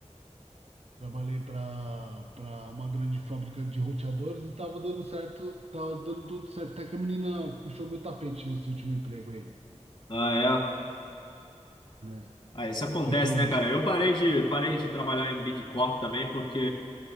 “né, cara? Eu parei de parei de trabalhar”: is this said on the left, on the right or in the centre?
Left